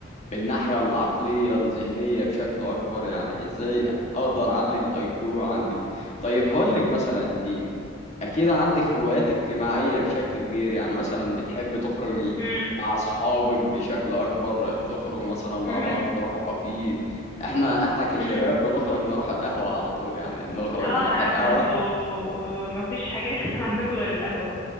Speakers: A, on the left; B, on the left.
A: بالناحية العقلية الذهنية بشكل اكبر يعني ازاي اقدر اعلي الاي كيو عندي طيب هقولك مثلا انت اكيد عندك هوايات اجتماعية بشكل كبير يعني مثلا بتحب تخرجي
B: مم.
A: مع اصحابك بشكل اكبر تخرجوا مثلا مع
B: مم.
A: بعض تروحوا كافيه احنا احنا كشباب
B: مم.
A: بنخرج نروح القهوة على طول يعني نخرج
B: اه
A: نروح
B: انا عارفه
A: القهوة
B: انتوا آه، ما فيش حاجه <laughs> عندكم غير القهوه